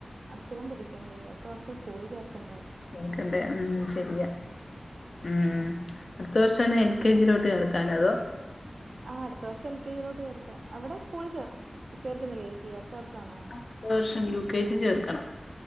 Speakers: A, on the right; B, on the left.
A: അക്ഷരം പഠിക്കണ്ടേ? അടുത്ത വർഷം സ്കൂളിൽ ചേർക്കണ്ട
B: ചേർക്കണ്ടേ ഉം ശരിയാ. ഉം അടുത്ത വർഷന്ന് എൽ കെ ജീലോട്ട് ചേർക്കാനോ അതോ?
A: ആഹ് അടുത്ത വർഷം എൽ കെ ജീലോട്ട് ചേർക്കാൻ. അവടെ സ്കൂളിൽ ചേർത്തോ? ചേർക്കുന്നില്ലേ ചേച്ചി? അടുത്ത വർഷാണോ?
B: അട്ത്ത വർഷം യു കെ ജി ചേർക്കണം.